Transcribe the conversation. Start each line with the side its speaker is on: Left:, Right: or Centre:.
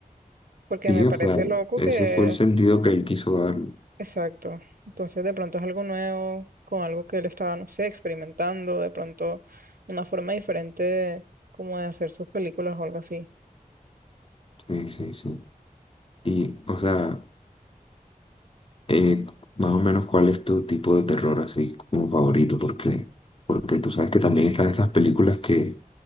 Right: Porque
Left: sí,
Right: me
Left: o
Right: parece
Left: sea,
Right: loco
Left: ese
Right: que
Left: fue el sentido que él quiso darle.
Right: Exacto. Entonces, de pronto es algo nuevo, con algo que él estaba, no sé, experimentando, de pronto una forma diferente de- como de hacer sus películas o algo así.
Left: Sí, sí, sí. Y, o sea... Eh, más o menos cuál es tu tipo de terror así como favorito, porque, porque tú sabes que también están esas películas que,